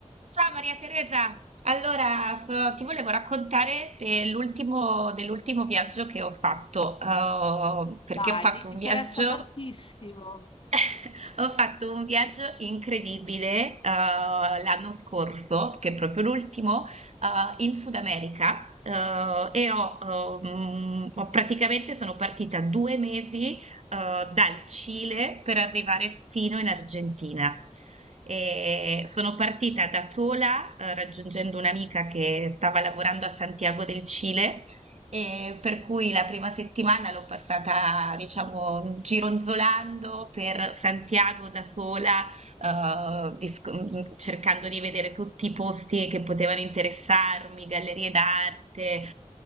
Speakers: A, on the right; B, on the left.
A: Ciao Maria Teresa, allora so- ti volevo raccontare dell'ultimo dell'ultimo viaggio che ho fatto, eh, perché
B: Dai,
A: ho fatto
B: mi
A: un
B: interessa
A: viaggio
B: tantissimo.
A: <laughs> Ho fatto un viaggio incredibile, eh, l'anno scorso, che è proprio l'ultimo, eh, in Sud America, eh, e ho, ehm, ho praticamente sono partita due mesi, eh, dal Cile per arrivare fino in Argentina. E sono partita da sola, eh, raggiungendo un'amica che stava lavorando a Santiago del Cile e per cui la prima settimana l'ho passata, diciamo, gironzolando per Santiago da sola, eh, dis- mm, cercando di vedere tutti i posti che potevano interessarmi, gallerie d'arte, eh,